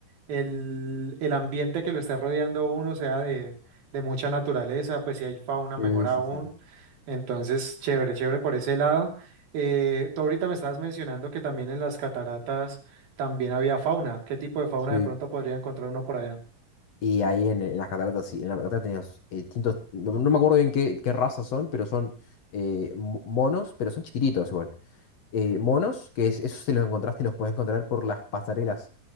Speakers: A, on the right; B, on the left.
A: el, el ambiente que lo está rodeando a uno sea de, de mucha naturaleza, pues si hay fauna
B: Sí,
A: mejor aún.
B: sí, sí.
A: Entonces, chévere, chévere por ese lado. Eh, tú ahorita me estabas mencionando que también en las cataratas también había fauna. ¿Qué tipo de fauna
B: Sí.
A: de pronto podría encontrar uno por allá?
B: Y ahí en, en las cataratas, sí, en las cataratas tenías eh, distintos, no, no me acuerdo bien qué, qué razas son, pero son eh, mo- monos, pero son chiquititos igual. Eh, monos, que es, esos te los encontraste y los puedes encontrar por las pasarelas.